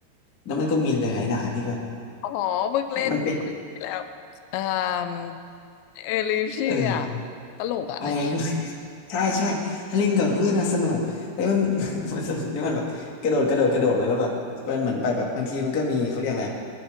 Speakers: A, on the left (about 50°); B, on the left (about 85°).
A: แล้วมันก็มีหลายๆด่านที่แบบ
B: อ๋อเพิ่งเล่นเมื่อที่แล้วเอ่
A: มันเป็น
B: มเออลืมชื่ออ่ะ
A: เออ
B: ตลกอ่ะ
A: อะไร
B: <laughs> เกมนั้น
A: <laughs> ใช่ใช่ถ้าเล่นกับเพื่อนนะสนุกไอ้มัน <laughs> มันสนุกที่มันแบบกระโดดกระโดดกระโดดไปแล้วแบบมันเหมือนไปแบบบางทีมันก็มีเขาเรียกอะไร